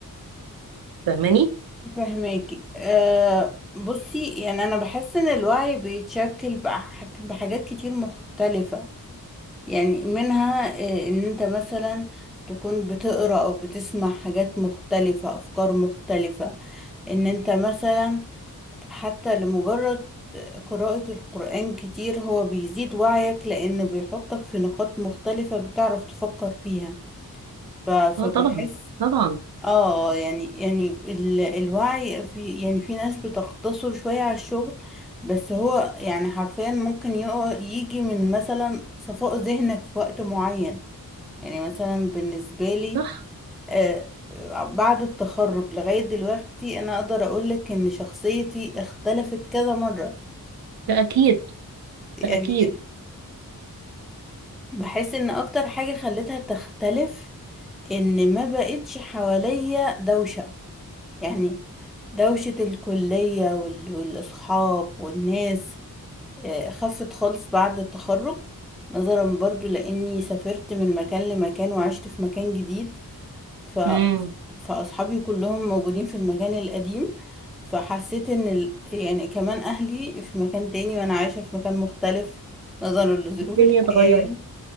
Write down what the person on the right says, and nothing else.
فاهماني
اه طبعا طبعا
صح
ده اكيد
ده اكيد
امم
الدنيا
اتغيرت